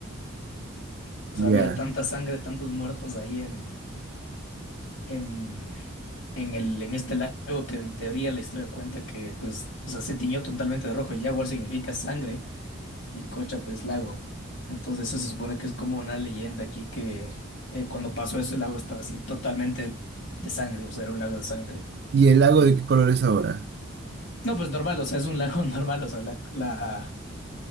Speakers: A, on the left (about 60°); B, on the right (about 50°).
A: O sea,
B: Ya.
A: había tanta sangre, tantos muertos ahí en, en, en el, en este lago que en teoría la historia cuenta que pues, o sea, se tiñó totalmente de rojo. Jaguar significa sangre y Cocha pues lago. Entonces eso se supone que es como una leyenda aquí que eh, cuando pasó eso el lago estaba así totalmente de sangre, o sea, era un lago de sangre.
B: ¿Y el lago de qué color es ahora?
A: No, pues normal, o sea, es un lago <laughs> normal, o sea, la, la,